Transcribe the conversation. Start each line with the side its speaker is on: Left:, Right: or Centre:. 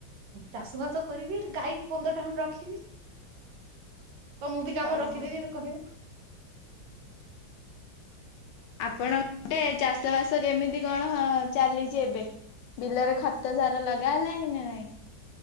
Right: ଚାଷ ବାସ କରିବି ଗାଈ ପନ୍ଦର ଟା ଖଣ୍ଡ ରଖିବି ତ ମୁଁ ବି କାମ
Left: ଓହୋ।
Right: ରଖିେବିତେ କହେଇବୁ
Left: ଆପଣ ଗୋଟେ ଚାଷ ବାସ କେମିତି କଣ ହ ଚାଲିଛି ଏବେ ବିଲରେ ଖତ ସାର ଲଗା ହେଲାଣି ନା ନାଇଁ